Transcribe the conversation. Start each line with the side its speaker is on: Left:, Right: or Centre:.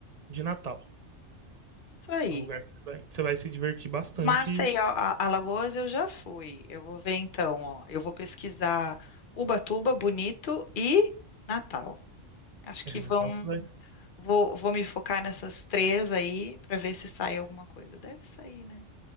Right: de Natal.
Left: Isso aí.
Right: É um lugar que você vai, que você vai se divertir bastante.
Left: Maceió, a- Alagoas eu já fui. Eu vou ver então, ó. Eu vou pesquisar Ubatuba, Bonito e Natal. Acho
Right: É,
Left: que
Right: Natal
Left: vão.
Right: você vai.
Left: Vou, vou me focar nessas três aí para ver se sai alguma coisa. Deve sair, né?